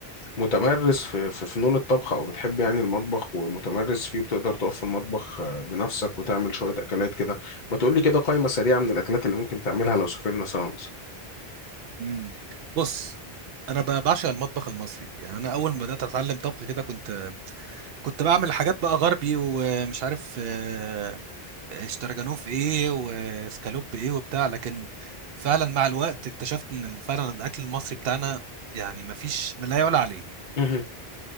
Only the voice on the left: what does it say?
متمرس في في فنون الطبخ او بتحب يعني المطبخ ومتمرس فيه بتقدر تقف في المطبخ آه، بنفسك وتعمل شويه اكلات كده ما تقولي كده قائمه سريعه من الاكلات اللي ممكن تعملها لو سافرنا سوا مثلا
مهم.